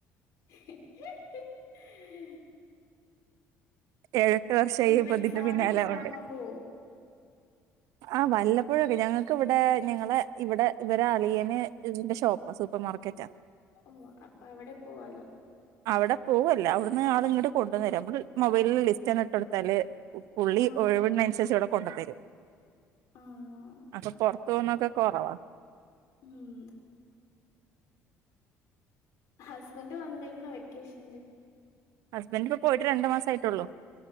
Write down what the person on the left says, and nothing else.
<inaudible>
ഇങ്ങനെ
സാനൊക്കെ
വാങ്ങാൻ പോവോ
ഓഹ് അപ്പ അവ്ടെ പോവാലൊ
ആഹ്
ആഹ്
ഉം ഹസ്ബൻഡ് വന്നിരുന്നോ വെക്കേഷൻല്-